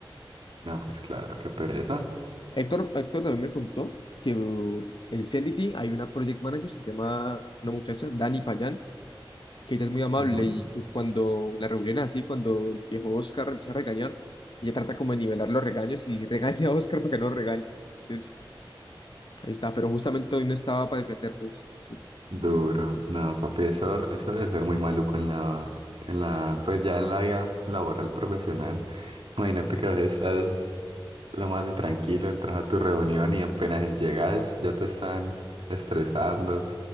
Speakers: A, on the right; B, on the left.
A: No, pues claro, qué pereza.
B: Héctor, Héctor también me contó que uh, en Celity hay una project manager, se llama una muchacha, Dani Payán, que ella es muy amable
A: Ujú.
B: y que cuando la reunión es así, cuando el viejo Oscar empieza a regañar, ella trata como de nivelar los regaños y <laughs> regaña a Oscar para que no lo regañe. Entonces, ahí está, pero justamente hoy no estaba para defendernos. Sí, sí.
A: Duro. No, papi, eso, eso debe ser muy maluco en la, en la, pues ya en la vida laboral profesional. Imagínate que a veces estás lo más de tranquilo, entras a tu reunión y apenas llegas ya te están estresando.